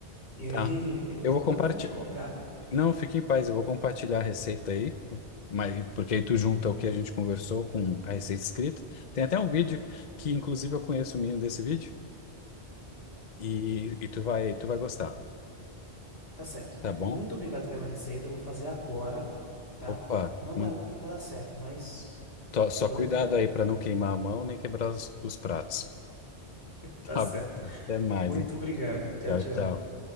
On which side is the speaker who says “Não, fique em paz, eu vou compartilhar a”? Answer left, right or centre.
Left